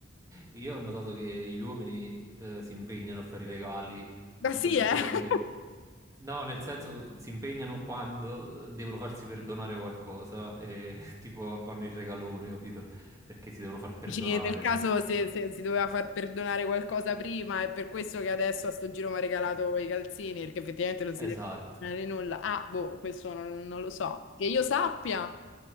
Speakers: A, on the right (about 15°); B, on the left (about 70°).
A: Io ho notato che gli uomini eh, si impegnano a fare i regali,
B: Ma
A: soprattutto
B: sì, eh? <laughs>
A: quando devono... No, nel senso, si impegnano quando eh, devono farsi perdonare qualcosa e <laughs> tipo fanno il regalone, capito? Perché si devono far perdonare.
B: Dici, nel caso
A: non so.
B: se, se si doveva far perdonare qualcosa prima, è per questo che adesso a sto giro mi ha regalato i calzini, perché effettivamente non si deve
A: Esatto.
B: perdonare nulla. Ah, boh, questo non, non lo so. Che io sappia,